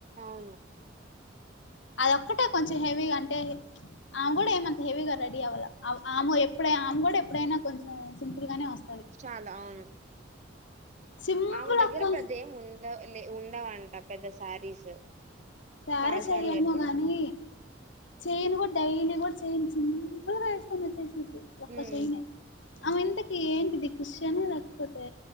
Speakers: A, on the right; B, on the left.
A: అవును
B: అదోక్కటే కొంచెం హెవీగా అంటే ఆమె కూడా ఏమంత హెవీగా రె రెడీ అవల ఆమె ఆమె ఎపుడు ఆమె కూడా ఎప్పుడైనా కొంచెం సింపుల్ గానే వస్తు
A: చాలా అవును
B: సింపుల్
A: ఆమె దగ్గర
B: అక్క
A: పెద్ద ఏం ఉండ లే ఉండవంట పెద్ద శారీస్
B: శారీస్
A: చాలా సార్లు
B: ఆయ్యమో
A: చెప్పింది
B: గాని చైన్ కూడా డైలీ కూడా చైన్ సింపుల్ గా వేసుకోని వచ్చేసి ఒక్క
A: ఉమ్
B: చైన్ఏ ఆమె ఇంతకి ఏంటిది క్రిస్టియనే లేకపోతే